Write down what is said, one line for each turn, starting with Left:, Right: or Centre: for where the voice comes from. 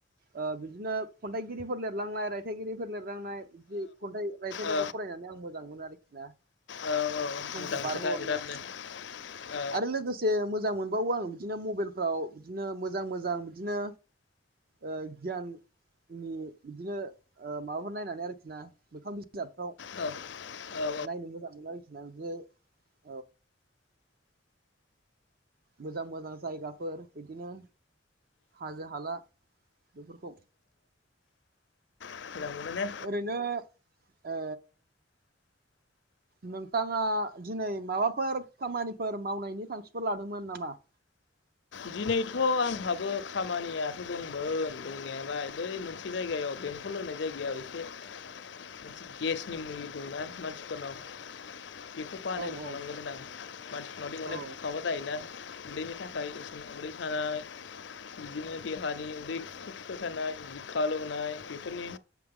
Right: ओ बिदिनो खन्थाइगिरिफोर लेरलांनाय रायथाइगिरिफोर लेरलांनाय इदि खन्थाइ रायथाइफोरखौ
Left: औ
Right: फरायनानै माने आं मोजां मोनो आरोखि ना
Left: औ
Right: समखौ
Left: मोजां
Right: बारहोहरनो
Left: खोथा बिरादनो औ
Right: आरो लोगोसे मोजां मोनबावो आङो बिदिनो मबेलफ्राव बिदिनो मोजां मोजां बिदिनो ओ गियान नि बिदिनो ओ माबाफोर नायनानै आरोखि ना मोखां बिजाबफ्राव
Left: औ औ
Right: नायनो मोजां मोनो आरोखि ना बिदिनो मोजां मोजां जायगाफोर बिदिनो हाजो हाला बेफोरखौ
Left: मोजां मोनो ने
Right: ओरैनो ओ नोंथांआ दिनै माबाफोर खामानिफोर मावनायनि थांखिफोर लादोंमोन नामा? <inaudible>
Left: दिनैथ' आंहाबो खामानियाथ' दंमोन दंनायालाय बै मोनसे जायगाआव बेंटल होननाय जायगायाव एसे
Right: <inaudible>
Left: मोनसे गेसनि मुलि दं ना मानसिफोरनाव बेखौ बानायनो
Right: औ औ
Left: थांनांगौमोन आं मानसिफोरनावदि अनेख
Right: औ
Left: माबा जायोना उदैनि थाखाय उदै सानाय बिदिनो देहानि उदै थुखो थुखो सानाय बिखा आलौनाय बेफोरनि